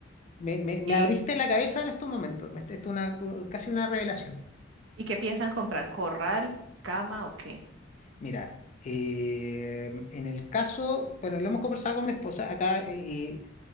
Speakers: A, on the left; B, on the right.
A: Me, me- me
B: y,
A: abriste la cabeza en estos momentos. Me- Esto es una, casi una revelación.
B: ¿y qué piensan comprar? ¿Corral, cama o qué?
A: Mira, eh, en el caso, bueno, lo hemos conversado con mi esposa. Acá, eh, eh,